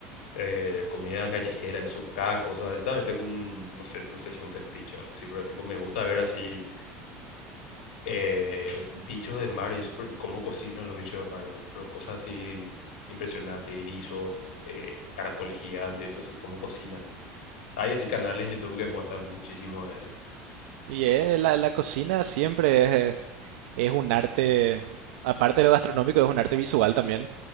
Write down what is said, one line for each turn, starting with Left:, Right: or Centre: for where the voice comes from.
Left: eh, comida callejera, eso, cada cosa, yo también tengo un, no sé, no sé si un fetiche o algo así, pero tipo, me gusta ver así eh, bichos de mar y eso, pero- y cómo cocinan los bichos de mar, así, pero cosas así impresionantes, erizos, eh, caracoles gigantes, eso así, cómo cocinan. Hay así canales en YouTube que muestran muchísimo de eso.
Right: Y eh, la, la cocina siempre es, es un arte, aparte de lo gastronómico, es un arte visual también,